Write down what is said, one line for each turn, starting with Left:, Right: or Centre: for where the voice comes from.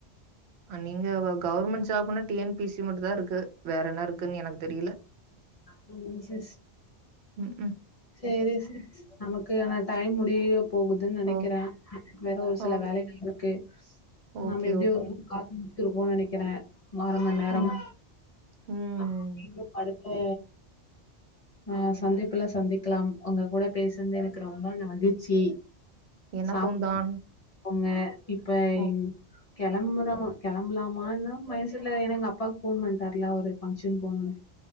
Right: நீங்க வ கவர்மெண்ட் ஜாப்னா டி என் பி சி இது மட்டு தா இருக்கு வேற என்ன இருக்குனு எனக்கு தெரில
Left: செரிங்க் சிஸ்
Right: ம் ம்
Left: செரி சிஸ் நமக்கு ஆனா டைம் முடியோ போகுது நெனைக்குற
Right: ஓ
Left: வேற ஒரு சில
Right: ஓகே
Left: வேலைகள் இருக்கு
Right: ஓகே
Left: நாம எப்டி
Right: ஓகே
Left: ஒரு <inaudible> திரும்பவு நெனக்கிறே மார மன் நேரம்
Right: ம் ம்
Left: ஹா இன்னு அடுத்த ஆஹ் சந்திப்புல சந்திக்கலாம் ஒங்க கூட பேசந்து எனக்கு ரொம்ப மகிழ்ச்சி
Right: எனக்கும்
Left: சாப்
Right: தான்
Left: பங்க இப்ப
Right: ஓ
Left: இங் கெளம்புறோ கெளம்பலாமானு மைன்சுல எனா எங்க அப்பாக்கு போ மாட்டார்ல அவ்ரு ஃபங் ஷன் போனுனு